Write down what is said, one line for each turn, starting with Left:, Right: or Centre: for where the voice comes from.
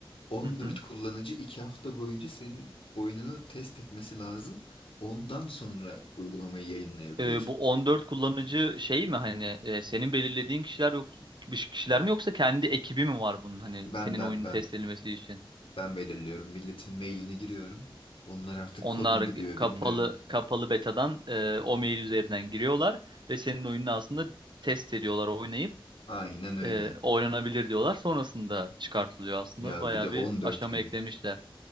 Left: 14
Right: Hı hı.
Left: kullanıcı 2 hafta boyunca senin oyununu test etmesi lazım. Ondan sonra uygulamayı yayınlayabiliyorsun.
Right: E, bu 14 kullanıcı şey mi hani e, senin belirlediğin kişiler yok bir kişiler mi yoksa kendi ekibi mi var bunun hani
Left: Ben
Right: senin
Left: ben
Right: oyunun
Left: ben
Right: test edilmesi için?
Left: Ben belirliyorum. Milletin mailini giriyorum. Onlar artık
Right: Onlar
Left: kod mu gidiyor
Right: kapalı
Left: bilmiyorum.
Right: kapalı betadan e, o mail üzerinden giriyorlar ve senin oyununu aslında test ediyorlar oynayıp
Left: Aynen öyle.
Right: e, oynanabilir diyorlar. Sonrasında çıkartılıyor aslında.
Left: Ya
Right: Bayağı
Left: bir de 14
Right: bir aşama
Left: gün
Right: eklemişler.